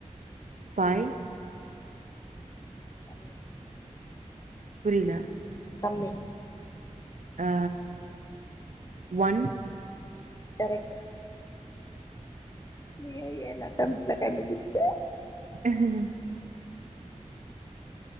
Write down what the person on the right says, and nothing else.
ஃபைவ்
புரியல
ஹா ஒன்
அஹ ஹிங்